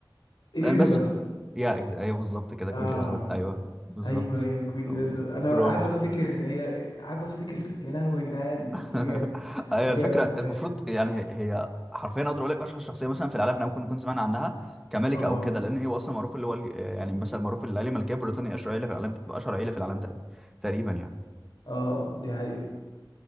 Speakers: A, on the left (about 70°); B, in the centre.
A: اليزابيث
B: لان بس يا إجز... ايوه بالظبط كده كوين
A: اه
B: اليزابيث ايوه بالظبط
A: ايوه هي كوين اليزابيث انا
B: برافو
A: قاعد بفتكر هي قاعد بفتكر يا لهوي يا جدعان
B: <laughs>
A: بس جامد
B: ايوه
A: جامد
B: الفكره المفروض
A: ماشي
B: يعني هي هي حرفيا اقدر اقول لك اشهر شخصيه مثلا في العالم احنا ممكن نكون سمعنا عنها كملكه
A: اه
B: او كده لان هي اصلا معروف اللي هو ال- آه، يعني مثلا معروف العيله الملكيه في بريطانيا اشهر عيله في العالم اشهر عيله في العالم تقريبا تقريبا يعني
A: اه دي حقيقة